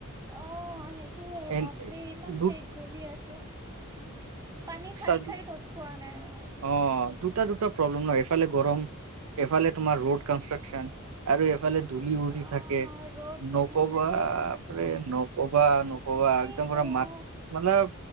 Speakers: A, on the right; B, on the right.
A: অঁ সেইটোয়ে
B: এ
A: বাপৰে ইমান
B: দু
A: পেট জ্বলি আছে পানী। খাই
B: চা
A: খাই তত পোৱা নাই মই
B: অঃ দুটা দুটা প্ৰব্লেম ন এইফালে গৰম। গৰম এফালে তোমাৰ ৰোড কন্ত্ৰকশ্যন আৰু এফালে ধূলি উৰি
A: অ
B: থাকে।
A: ৰ'দ বনাই
B: নকবা
A: আছিল
B: বাপৰে
A: অ
B: নকবা নকবা
A: কি
B: একদম
A: কওঁ
B: পুৰা মাত মতলব।